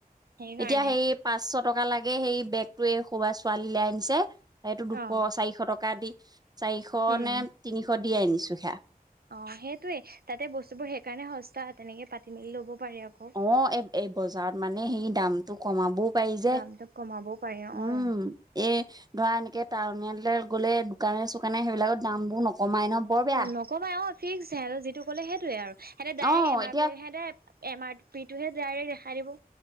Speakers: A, on the right (about 80°); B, on the right (about 25°).
A: সেইকাৰণে
B: এতিয়া সেই পাঁচশ টকা লাগে সেই বেগটো ছোৱালীলে আনিছে এইটো দুশ
A: অ
B: চাৰিশ টকা দি চাৰিশ
A: উম
B: নে তিনিশ দিয়ে আনিছো সেইয়া
A: অহ সেইটোৱেই তাতে বস্তুবোৰ সেইকাৰণে সস্তা তেনেকে পাতি মেলি ল'ব পাৰি আকৌ
B: অহ এই এই বজাৰত মানে সেই দামটো কমাবও পাৰি যে
A: দামটো কমাবও পাৰি
B: উম
A: অ
B: এই ধৰা এনেকে টাউনলে গ'লে দোকানে চোকানে সেইবিলাকৰ দামবোৰ নকমাই ন বৰ বেয়া
A: নকমাই অ ফিক্স হালটে যিটো ক'লে সেইটোৱে আৰু সিহঁতে ডাইৰেক্ট
B: অ',
A: এম
B: এতিয়া
A: আৰ পি সিহঁতে এম আৰ পিটোহে ডাই <unintelligible> ৰেক্ত দেখাই দিব